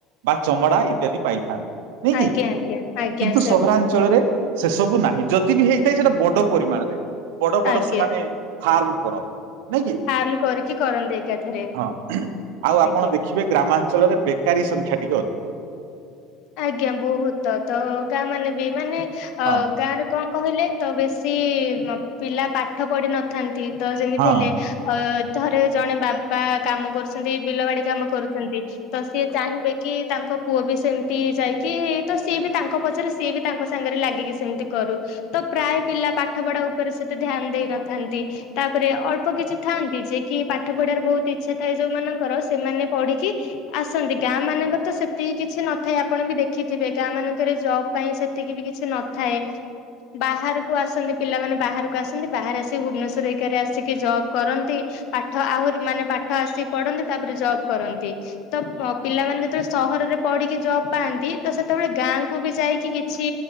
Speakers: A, on the right; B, on the left.
A: ବା ଚମଡା ଇତ୍ୟାଦି ପାଇଥାନ୍ତି। ନାଇଁ
B: ଆଜ୍ଞା।
A: କି
B: ଆଜ୍ଞା ଆଜ୍ଞା
A: କିନ୍ତୁ
B: ସ
A: ସହରାଞ୍ଚଳରେ ସେ ସବୁ ନାହିଁ ଯଦି ବି ହେଇଥାଏ ସେଟା ବଡ଼ ପରିମାଣରେ। ବଡ଼ ବଡ଼
B: ଆଜ୍ଞା
A: ସେମାନେ ଫାର୍ମ କରନ୍ତି। ନାଇଁ କି
B: ଫାର୍ମ କରିକି କରନ୍ତି ଏକାଥରେ
A: ହଁ ଆଉ
B: ଆଜ୍ଞା।
A: ଆପଣ ଦେଖି ଖିବେ ଗ୍ରାମାଞ୍ଚଳରେ ବେକାରୀ ସଂଖ୍ୟା ଟିକେ ଅଧିକ।
B: ଆଜ୍ଞା ବୋହୁତ ତ ଗାଁମାନେ ବି ମାନେ ଅ
A: ହଁ
B: ଗାଁରେ କଣ କହିଲେ ତ ବେଶୀ ମ ପିଲା ପାଠ ପଢିି଼ନଥାନ୍ତି। ତ ଯେମିତି
A: ହଁ
B: ହେଲେ ଅ ଧରେ ଜଣେ ବାପା କାମ କରୁଛନ୍ତି ବିଲ ବାଡ଼ି କାମ କରୁଛନ୍ତି। ତ ସିଏ ଚାହିଁବେ କି ତାଙ୍କ ପୁଅ ବି ସେମ୍ ତି ଯାଇକି ତ ସିଏ ବି ତାଙ୍କ ପଛରେ ସିଏ ବି ତାଙ୍କ ସାଙ୍ଗରେ ଲାଗିକି ସେମତି କରୁ। ତ ପ୍ରାୟ ପିଲା ପାଠ ପଢ଼ା ଉପରେ ସେତେ ଧ୍ୟାନ୍ ଦେଇନଥାନ୍ତି। ତାପରେ ଅଳ୍ପ କିଛି ଥାଆନ୍ତି ଯେ କି ପାଠ ପଢ଼ାରେ ବୋହୁତ୍ ଇଚ୍ଛା ଥାଏ ଯୋଉମାନଙ୍କର ସେମାନେ ପଢ଼ିକି ଆସନ୍ତି ଗାଁମାନଙ୍କରେ ତ ସେତେ କିଛି ନ ଥାଏ ଆପଣ ବି ଦେଖିଥିବେ ଗାଁମାନଙ୍କରେ ଜବ୍ ପାଇଁ ସେତିକି ବି କିଛି ନଥାଏ। ବାହାରୁକୁ ଆସନ୍ତି ପିଲାମାନେ ବାହାରୁକୁ ଆସନ୍ତି ବାହାରେ ଆସି ଭୁବନେଶ୍ଵର ହେଇକାରେ ଆସିକି ଜବ୍ କରନ୍ତି। ପାଠ ଆହୁରି ମାନେ ପାଠ ଆସିି ପଢ଼ନ୍ତି ତାପରେ ଜବ୍ କରନ୍ତି। ତ ପ ପିଲାମାନେ ଯେତୋଳେ ସହରରେ ପଢି଼କି ଜବ୍ ପାଆନ୍ତି ତ ସେତୋଳେ ଗାଁକୁ ବି ଯାଇକି କିଛି